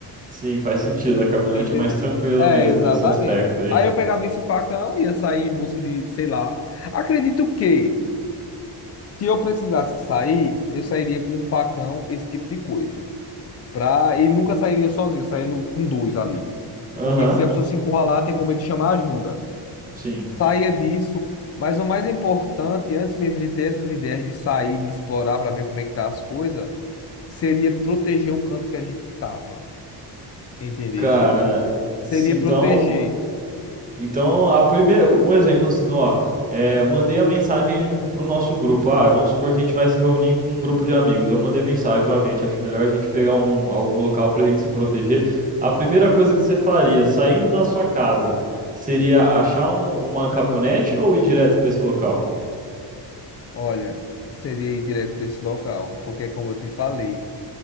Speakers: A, on the right; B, on the left.
A: sim, faz sentido. A caminhonete
B: Entendeu?
A: é mais tranquila
B: É,
A: mesmo
B: exatamente.
A: nesse aspecto aí.
B: Aí eu pegava esse facão e ia sair em busca de, sei lá. Acredito que, se eu precisasse sair, eu sairia com um facão, esse tipo de coisa. Pra... E nunca sairia sozinho, eu sairia no- com dois ali.
A: Aham,
B: Porque se a pessoa se encurralar, tem como ele chamar ajuda.
A: sim.
B: saia disso. Mas o mais importante, antes mesmo de ter essas ideias de sair, de explorar para ver como é que tá as coisas, seria proteger o canto que a gente tava, entendesse?
A: Cara,
B: Seria
A: se então.
B: proteger.
A: Então, a primeira, um exemplo assim, ó, é, mandei a mensagem pro nosso grupo. Ah, vamos supor que a gente vai se reunir em um grupo de amigos. Eu mandei mensagem, ó, gente, acho melhor a gente pegar um, algum local pra gente se proteger. A primeira coisa que você faria, saindo da sua casa, seria achar um- uma caminhonete ou ir direto pra esse local?
B: Olha, seria ir direto para esse local, porque como eu te falei,